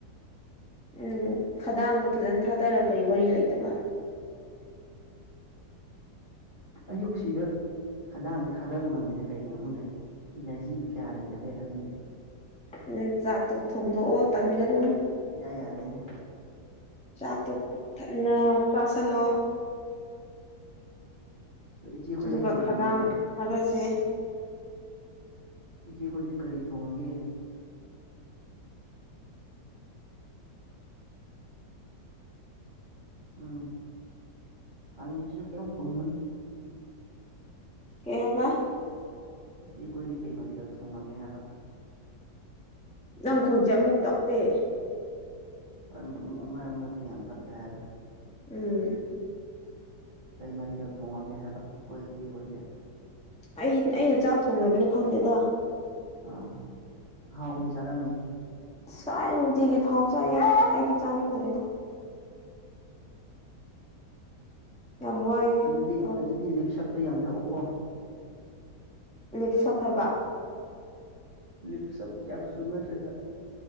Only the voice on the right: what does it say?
ꯑꯌꯨꯛꯁꯤꯗ ꯈꯟꯗꯥꯡꯁꯦ ꯊꯥꯗꯕ ꯉꯝꯗꯦꯅ ꯀꯩꯒꯤꯅꯣ ꯈꯪꯗꯦ ꯏꯅꯔꯖꯤ ꯀꯌꯥ ꯂꯩꯇꯕꯦꯗ ꯈꯪꯗꯦ
ꯌꯥꯏ ꯌꯥꯗꯣꯏꯅꯦ
ꯏꯆꯦꯈꯣꯏꯗꯤ
ꯀꯩ
ꯊꯣꯡꯉꯒꯦ
ꯏꯆꯦꯈꯣꯏꯗꯤ ꯀꯔꯤ ꯊꯣꯡꯉꯒꯦ ꯎꯝ ꯍꯪ ꯃꯤꯁꯨꯁꯨ ꯀꯩꯦꯝ ꯈꯨꯝꯅ
ꯆ ꯑꯩꯈꯣꯏꯗꯤ ꯀꯩ ꯃꯊꯦꯜ ꯊꯣꯡꯉꯒꯦ ꯍꯥꯏꯕ
ꯍꯣꯏ ꯃꯔꯛ ꯃꯔꯛꯇ ꯌꯥꯝ ꯇꯞꯄꯦ ꯍꯥꯏꯕꯅꯦ
ꯀꯩ ꯃꯊꯦꯜ ꯊꯣꯡꯉꯒꯦ ꯍꯥꯏꯕ ꯑꯩꯈꯣꯏ ꯏꯆꯦꯈꯣꯏꯁꯦ
ꯑꯥ ꯍꯥꯎꯕꯤ ꯆꯥꯔꯝꯅꯤ
ꯑꯗꯨꯗꯤ
ꯑꯗꯨꯗꯤ ꯂꯤꯞ ꯁꯞꯇꯣ ꯌꯥꯝ ꯊꯛꯎꯀꯣ
ꯂꯤꯞꯁꯞ ꯀꯦꯞꯁꯨꯜ ꯅꯠꯇ꯭ꯔꯒ